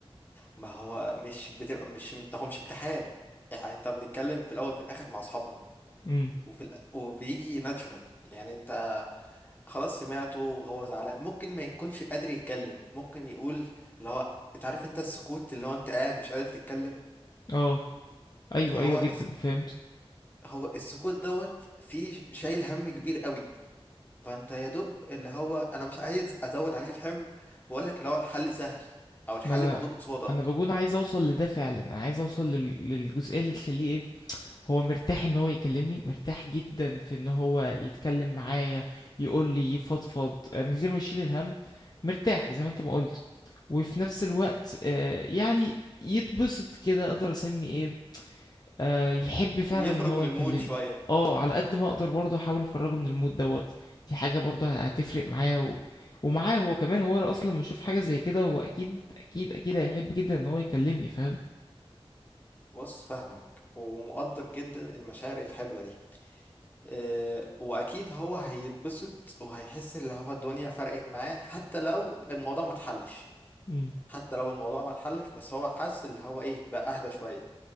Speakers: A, on the left; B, on the left.
A: ما هو مش بتبقى مش هو مش امتحان يعني أنت بنتكلم في الأول في الآخر مع أصحابنا
B: امم
A: وفي الأ- وبيجي ناتشورال يعني أنت خلاص سمعته وهو زعلان ممكن ما يكونش قادر يتكلم ممكن يقول اللي هو أنت عارف أنت السكوت اللي هو أنت قاعد مش قادر تتكلم
B: اه ايوه
A: فهو
B: ايوه جدا فهمت
A: هو السكوت دوت فيه شايل هم كبير قوي فانت يا دوب اللي هو انا مش عايز ازود عليك الحمل واقول لك اللي هو الحل سهل او الحل
B: ما انا
A: موجود قصادك
B: انا بكون عايز اوصل لده فعلا انا عايز اوصل لل... للجزئيه اللي تخليه ايه هو مرتاح ان هو يكلمني مرتاح جدا في ان هو يتكلم معايا يقول لي يفضفض آه، من غير ما يشيل الهم مرتاح زي ما انت ما قلت وفي نفس الوقت آه، يعني يتبسط كده اقدر اسمي ايه آه، يحب فعلا
A: يخرج
B: ان هو
A: من
B: يكلمني
A: المود شوية
B: اه على قد ما اقدر برضه احاول اخرجه من المود دوت دي حاجه برضه هتفرق معاه و... ومعاه هو كمان هو اصلا لما يشوف حاجه زي كده هو اكيد اكيد اكيد هيحب جدا ان هو يكلمني فاهم
A: بص فاهمك ومقدر جدا المشاعر الحلوة دي أه واكيد هو هيتبسط وهيحس اللي هو الدنيا فرقت معاه حتى لو الموضوع ما اتحلش
B: امم
A: حتى لو الموضوع ما اتحلش بس هو حس اللي هو ايه بقى اهدى شوية